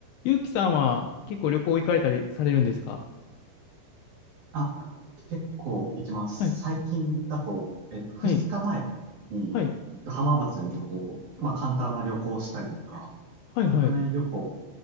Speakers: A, on the left (about 80°); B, on the right (about 55°).
A: ゆうきさんは結構旅行行かれたりされるんですか
B: あ、結構行きます。
A: はい、
B: 最近だと、えっと、2日前に浜松に旅行、
A: はい、はい、
B: まあ簡単な旅行をしたりとか、
A: はい、
B: 国内旅行、
A: はい。